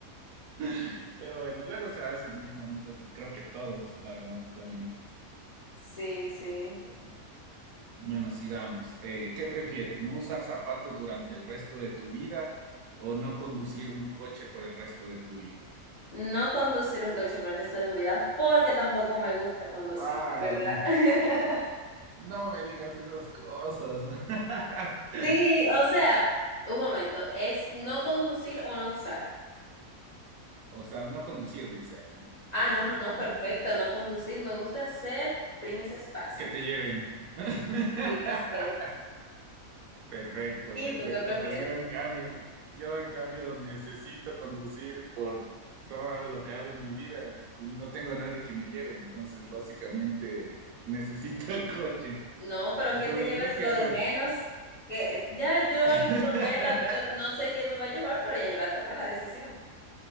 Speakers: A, on the right; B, on the left.
A: <laughs> Pero bueno, luego se hacen bien bonitos y creo que todos, la verdad, también.
B: Sí, sí.
A: Bueno, bueno, sigamos. Eh, ¿qué prefieres? ¿No usar zapatos durante el resto de tu vida o no conducir un coche por el resto de tu vida?
B: No conducir un coche por el resto de mi vida, porque tampoco me gusta conducir,
A: ¡Wow!
B: de ¿verdad? <laughs>
A: No me digas esas cosas. <laughs>
B: Sí, o sea, un momento, es no conducir o no usar.
A: O sea, no conducir, dice aquí específicamente.
B: Ah, no, no, no, perfecto, no conducir. Me gusta ser Princess Passenger.
A: Que te lleven. <laughs>
B: Sí, así es.
A: Perfecto,
B: ¿Y
A: perfecto.
B: tú qué prefieres?
A: Pues yo en cambio, yo en cambio necesito conducir por todo lo que hago en mi vida y no tengo nadie que me lleve, entonces básicamente necesito el coche.
B: No, pero
A: Entonces
B: ¿quién te lleves
A: creo que
B: lo
A: pre-
B: del menos? Que eh, ya yo
A: <laughs>
B: la tomé, la opción, no sé quién me va a llevar, pero ya yo la tomé la decisión.